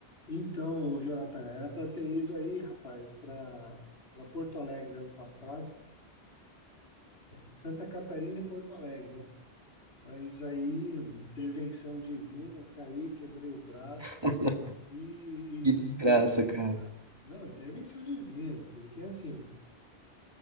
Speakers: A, on the left (about 65°); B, on the right (about 25°).
A: Então, Jonathan, era para ter ido aí, rapaz, para para Porto Alegre ano passado, Santa Catarina e Porto Alegre, né? Mas aí, intervenção divina, caí, quebrei o braço
B: <laughs>
A: e,
B: Que desgraça,
A: e não fui,
B: cara.
A: cara. Não, intervenção divina, porque assim,